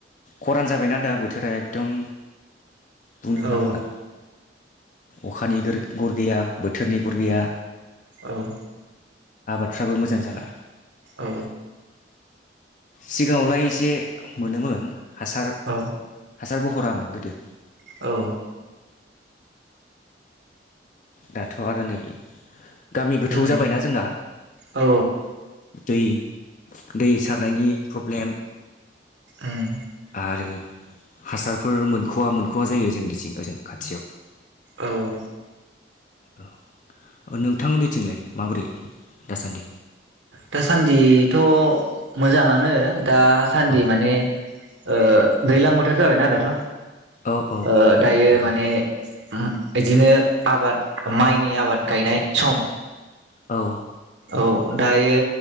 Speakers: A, on the left; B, on the right.
A: खरान जाबायना दा बोथोरा एकदम बुंनो
B: औ
A: नांला अखानि गोरग गर गैया बोथ थोरनि गरगैया
B: औ
A: आबादफ्राबो मोजां जाला
B: औ
A: सिगाङावलाय एसे मोनोमोन हासार
B: औ
A: हासार बहरा मोन दे
B: औ
A: दाथ आरो नै गामि गोथौ
B: उम
A: जाबायना जोंना
B: औ
A: दै दै सारनायनि प्रब्लेम
B: उम
A: आरो हासारफोर मोनखवा मोनखवा जायो जोंनिथिं ओजों खाथियाव
B: औ औ
A: औ ओ नोंथांमोननिथिंलाय माबोरै दासान्दि
B: दासान्दिथ मोजाङानो। दासान्दि
A: औ
B: माने ओ दैलां बोथोर जाबायना दाथ
A: औ औ
B: ओ दायो
A: नंगौ
B: माने उम बिदिनो आबाद माइनि आबाद गायनाय सम
A: औ
B: औ दायो